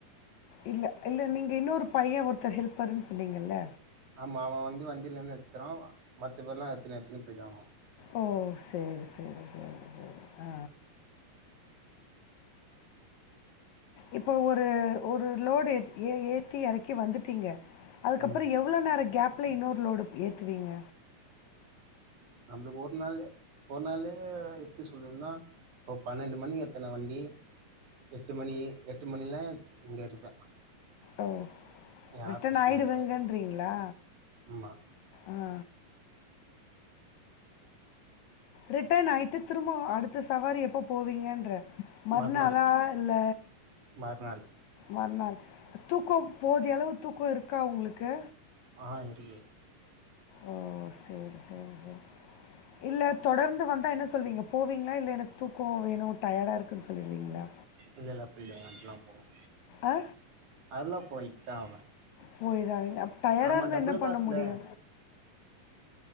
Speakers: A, on the left (about 75°); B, on the right (about 60°).
A: இல்ல இல்ல நீங்க இன்னொரு பைய ஒருத்தர் ஹெல்ப்பருன் சொன்னிங்கள்ல
B: ஆமா அவ வந்து வண்டிலுந்து எட்த்தருவா மத்த பேர்லா எத்துனு எத்துனு போய்டுவாங்க
A: ஓ செரி செரி செரி செரி ஆ இப்ப ஒரு ஒரு லோடு ஏத் ஏ ஏத்தி எறக்கி வந்துட்டீங்க அதுக்கப்றோ
B: ம்
A: எவ் வ்ளோ நேர கேப்ல இன்னொரு லோடு ஏத்துவீங்க
B: நம்மளுக்கு ஒரு நாள்ல ஒரு நாள்ல எப்டி சொல்றதுன்னா இப்போ பன்னெண்டு மணி எத்தன வண்டி எட்டு மணி எட்டு மணிலா இங்க இருப்பே
A: ஓ
B: எ
A: ரிட்டன்
B: ஆஃபீஸ்ல
A: ஆகிடுவங்கன்றீங்ளா
B: இருப்பே ஆமா
A: ஆ ரிட்டர்ன் ஆயிட்டு திரும்போ அடுத்த சவாரி எப்ப போவீங்கேன்ற மறுநாளா
B: மறுநாள்
A: இல்ல
B: மறுநாள்
A: மறுநாள் தூக்கோ போதிய அளவு தூக்கோ இருக்கா உங்களுக்கு
B: ஆ இருக்கு
A: ஓ செரி செரி செரி
B: <inaudible>
A: இல்ல தொடர்ந்து வந்தா என்ன சொல்வீங்க போவீங்ளா இல்ல எனக்கு தூக்கோ வேணு டயர்டா இருக்குன் சொல்லிடுவீங்ளா
B: இல்லல்ல அப்டில அப்பெல்லா போவே
A: ஆ
B: அதெல்லா போய்த்தா ஆவே
A: போய்தா ஆவீங்க அப் டயர்டா
B: ஆமா
A: இருந்தா
B: டபுள்
A: என்ன பண்ண
B: காசுல
A: முடியு